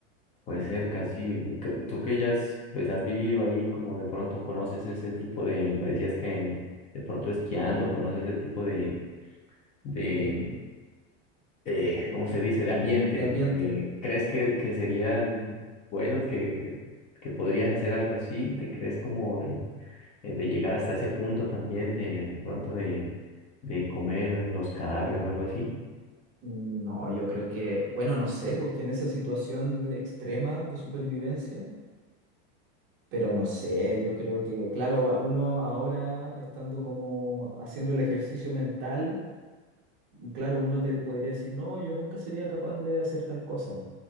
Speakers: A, on the left (about 20°); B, on the right (about 30°).
A: Pues cerca, sí. Y Tú, tú que ya has, pues, has vivido ahí, como de pronto conoces ese tipo de, me decías que de pronto esquiando, conoces ese tipo de, de,
B: <laughs> Sí,
A: de,
B: el-
A: ¿cómo
B: de,
A: se dice? De ambiente.
B: de ambiente.
A: Eh, ¿crees que, que sería bueno que, que, que podrías hacer algo así? ¿Te crees como eh, eh, de llegar hasta ese punto también de, de pronto de, de comer los cadáveres o algo así?
B: No, yo creo que, bueno, no sé, porque en esa situación de extrema de supervivencia. Pero no sé, yo creo que, claro, a uno ahora estando como haciendo el ejercicio mental, claro, uno te podría decir, no, yo nunca sería capaz de hacer tal cosa,